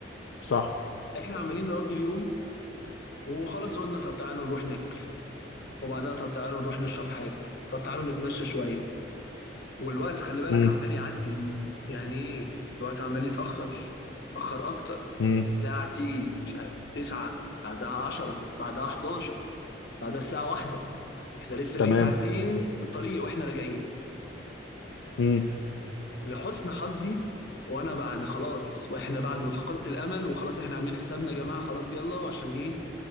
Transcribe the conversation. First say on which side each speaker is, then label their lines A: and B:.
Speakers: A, on the left (about 85°); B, on the left (about 60°).
A: صح
B: احنا عمالين نقضي اليوم وخلاص قلنا طب تعالوا نروح ناكل وبعدها طب تعالوا نروح نشرب حاجه طب تعالوا نتمشى شويه والوقت خلي بالك
A: امم
B: عمال يعدي يعني ايه الوقت عمال يتاخر اخر اكتر
A: امم
B: ساعه تيجي مش عارف 9 بعدها 10 بعدها 11 بعدها الساعه 1 احنا لسه
A: تمام
B: في ساعتين في الطريق واحنا راجعين
A: امم
B: لحسن حظي وانا بعد خلاص واحنا بعد ما فقدت الامل وخلاص احنا عاملين حسابنا يا جماعه خلاص يلا عشان ايه